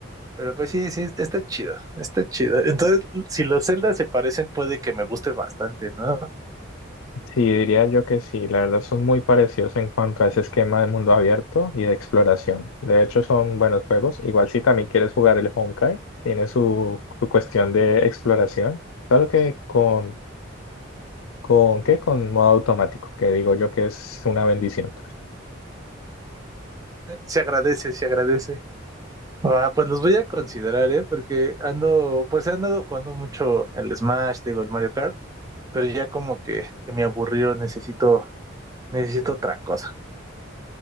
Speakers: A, on the right; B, on the left.
A: pero pues sí, sí, está chido, está chido. Entonces, si los Zelda se parecen, puede que me guste bastante, ¿no? Ok.
B: Sí, diría yo que sí, la verdad son muy parecidos en cuanto a ese esquema de mundo abierto y de exploración. De hecho, son buenos juegos. Igual si también quieres jugar el Honkai, tiene su, su cuestión de exploración. Claro que con, con, ¿qué? Con modo automático, que digo yo que es una bendición.
A: Se agradece, se agradece. Ah, pues los voy a considerar, ¿eh? Porque ando, pues he andado jugando mucho el Smash, digo, el Mario Kart, pero ya como que, que me aburrió, necesito, necesito otra cosa.